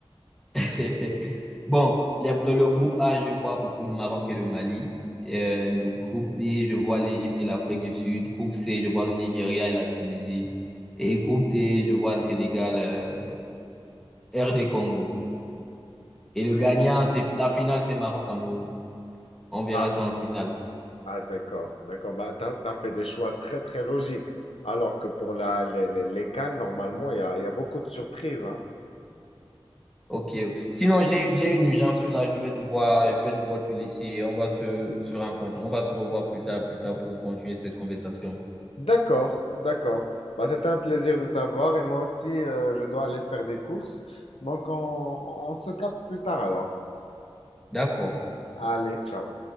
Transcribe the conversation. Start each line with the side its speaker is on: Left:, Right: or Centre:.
Centre: <laughs> Bon, les- le, le groupe A, je vois beaucoup le Maroc et le Mali. Euh, le groupe B, je vois l'Égypte et l'Afrique du Sud. Groupe C, je vois le Nigeria et la Tunisie. Et groupe D, je vois Sénégal, euh, RD Congo. Et le
Left: Très-
Centre: gagnant, c'est la finale, c'est Maroc-Cameroun. On verra
Left: Ah,
Centre: ça en finale.
Left: ah, d'accord, d'accord. Bah, t'as, t'as fait des choix très, très logiques. Alors que pour la, les, les, les CAN, normalement, il y a, il y a beaucoup de surprises, hein.
Centre: Ok. Sinon, j'ai j'ai une urgence là. Je vais devoir, je vais devoir te laisser. On va se, se rencontrer. On va se revoir plus tard, plus tard pour continuer cette conversation.
Left: D'accord, d'accord. Bah, c'était un plaisir de t'avoir, et moi aussi, euh, je dois aller faire des courses. Donc, on, on se capte plus tard alors.
Centre: D'accord.
Left: Allez, ciao.